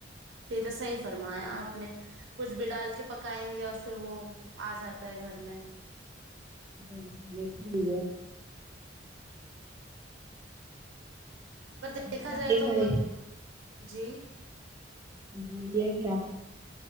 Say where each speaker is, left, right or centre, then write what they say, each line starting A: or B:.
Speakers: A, on the right (about 80°); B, on the right (about 15°).
A: پھر تو صحیح فرمایا آپ نے کچھ بھی ڈال کے پکائیں گے اور پھر وہ آ جاتا ہے گھر میں
B: بلکل اس لیے
A: پر
B: اس
A: دیکھا
B: نے
A: جائے
B: نہیں
A: تو
B: خرش
A: وہ جی
B: بولیے کیا